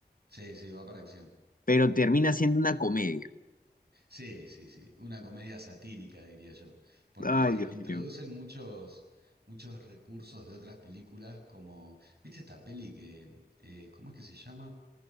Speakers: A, on the right; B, on the left.
A: sí, sí, va para acción.
B: pero termina siendo una comedia.
A: Sí, sí, sí, una comedia satírica, diría yo, porque
B: Ay, Dios
A: introducen
B: mío.
A: muchos, muchos recursos de otras películas, como, ¿viste esta peli que, eh, ¿cómo es que se llama?